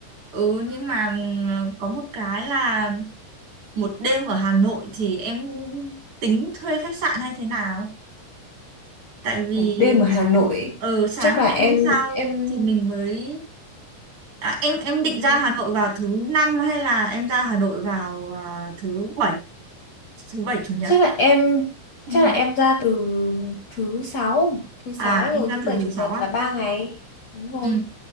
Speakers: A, on the right; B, on the left.
A: ừ nhưng mà ừm, có một cái là một đêm ở Hà Nội thì em tính thuê khách sạn hay thế nào? Tại vì
B: Một đêm ở Hà Nội
A: ở sáng
B: chắc là
A: ngày
B: em
A: hôm sau
B: em
A: thì mình mới à, em em
B: ừm,
A: định ra Hà Nội vào thứ năm hay là em ra Hà Nội vào à, thứ bảy thứ bảy chủ nhật
B: chắc là em
A: tất
B: chắc
A: nhiên
B: là em ra từ thứ sáu, thứ sáu
A: à em
B: rồi
A: ra
B: thứ
A: từ
B: bảy
A: thứ
B: chủ
A: sáu
B: nhật
A: à
B: là ba ngày. Đúng rồi.
A: ừ.